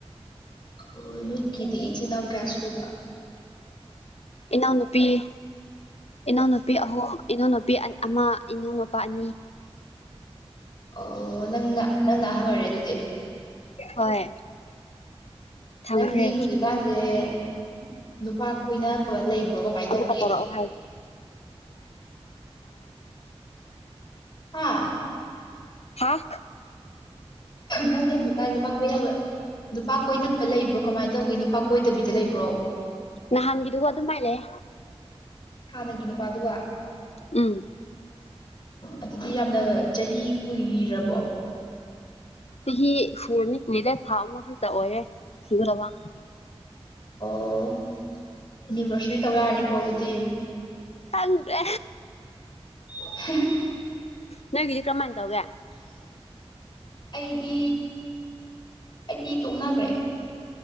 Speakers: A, on the left; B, on the left.
A: ꯑꯣ ꯅꯣꯏ ꯀꯗ ꯆꯅꯎ ꯀꯌꯥꯁꯨꯕ
B: ꯏꯟꯅ ꯅꯨꯄꯤꯤ ꯏꯅꯥꯎꯅꯨꯄꯤ ꯑꯍꯨꯝ ꯏꯅꯥꯎꯅꯨꯄꯤ ꯑꯃ ꯏꯅꯥꯎꯅꯨꯄꯥ ꯑꯅꯤ
A: ꯑꯣ ꯅꯪꯅ ꯅꯪꯅ ꯑꯍꯜ ꯑꯣꯏꯔꯦ ꯑꯗꯨꯗꯤ
B: ꯍꯣꯏ ꯊꯝꯈ꯭ꯔꯦ
A: ꯅꯪꯗꯤ ꯍꯧꯖꯤꯛꯀꯥꯟꯁꯦ ꯅꯨꯄꯥ ꯀꯣꯏꯅꯕ ꯂꯩꯕ꯭ꯔꯣ ꯀꯃꯥꯏꯅ ꯇꯧꯒꯦ
B: ꯎꯝ ꯈ ꯇꯔ ꯑꯥ
A: ꯍꯥ
B: ꯍꯥꯥ
A: ꯅꯪꯗꯤ ꯍꯧꯖꯤꯛꯀꯥꯟ ꯅꯨꯄꯥ ꯀꯣꯏꯅꯕ ꯅꯨꯄꯥ ꯀꯣꯏꯅꯕ ꯂꯩꯕ꯭ꯔꯣ ꯀꯃꯥꯏꯅ ꯇꯧꯒꯦ ꯅꯨꯄꯥ ꯀꯣꯏꯗꯕꯤꯗ ꯂꯩꯕ꯭ꯔꯣ
B: ꯅꯍꯥꯟꯒꯤꯗꯨꯒ ꯑꯗꯨꯃꯥꯏ ꯂꯩ
A: ꯍꯥꯟꯅꯒꯤ ꯅꯨꯄꯥꯗꯨꯒ
B: ꯎꯝ
A: ꯑꯗꯨꯗꯤ ꯌꯥꯝꯅ ꯆꯍꯤ ꯀꯨꯏꯔꯕꯣ
B: ꯁꯤ ꯐꯨꯣꯟꯅꯤ ꯂꯤꯔ ꯊꯥ ꯃꯟ ꯇ ꯑꯣꯏ ꯌꯥꯦ ꯁꯨ꯭ꯔ ꯋꯥ
A: ꯑꯣ ꯑꯦꯅꯤꯚꯔꯁꯔꯤ ꯇꯧ ꯌꯥꯔꯅꯤꯀꯣ ꯑꯗꯨꯗꯤ
B: ꯊꯗ꯭ꯔꯦ
A: <unintelligible>
B: ꯅꯪꯗꯤ ꯀ꯭ꯔꯃ ꯑꯦ ꯇꯑꯒꯦ
A: ꯑꯩꯗꯤ ꯑꯩꯗꯤ ꯇꯣꯛꯅꯈ꯭ꯔꯦ